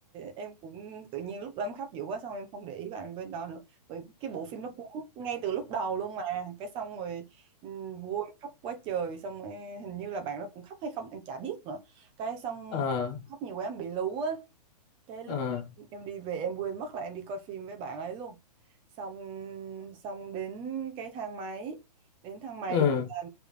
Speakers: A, on the right; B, on the left.
A: em cũng tự nhiên lúc đó em khóc dữ quá xong em không để ý bạn bên đó nữa rồi cái bộ phim nó cuốn ngay từ lúc đầu luôn mà cái xong rồi ừm, vui khóc quá trời xong em, hình như là bạn đó cũng khóc hay không em chả biết nữa cái xong
B: ờ
A: khóc nhiều quá em bị lú á cái lúc
B: ờ
A: em đi về em quên mất là em đi coi phim với bạn ấy luôn xong xong đến cái thang máy đến thang máy
B: ờ
A: là